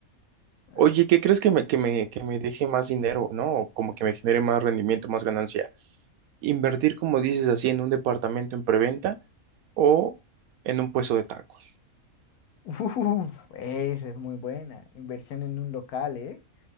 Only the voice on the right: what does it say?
Oye,
¿qué crees que me, que me, que me deje más dinero, ¿no? O como que me genere más rendimiento, más ganancia. Invertir, como dices así, en un departamento en preventa o en un puesto de tacos.